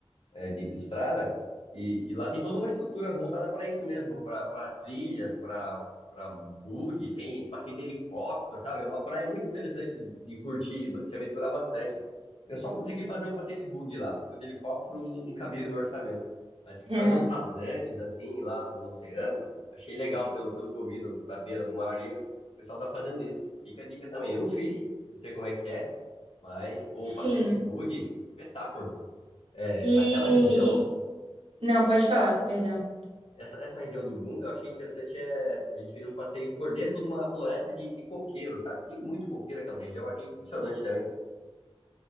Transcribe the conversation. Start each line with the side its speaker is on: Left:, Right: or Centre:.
Left: é, de, de estrada, e, e lá tem toda uma estrutura voltada para isso mesmo, para trilhas, para para bug, tem passeio de helicóptero, sabe? É uma praia muito interessante de curtir, de ba- se aventurar bastante. Eu só consegui fazer o passeio de bug lá, porque o de helicóptero não não cabia no meu orçamento. Mas quis
Right: É.
Left: fazer uns rasantes, assim, lá no, no oceano. Achei legal pelo, pelo que eu vi do- da beira do mar ali. O pessoal tá fazendo isso. Fica a dica também. Eu não fiz, não sei como é que é, mas o
Right: Sim.
Left: passeio de bug, espetáculo. É,
Right: E,
Left: aquela região
Right: e- Não, pode falar, perdão.
Left: essa, essa região do Bunga, eu achei interessante, é, a gente fez um passeio por dentro de uma floresta de, de coqueiro, sabe? Tem muito coqueiro naquela região, eu achei impressionante também.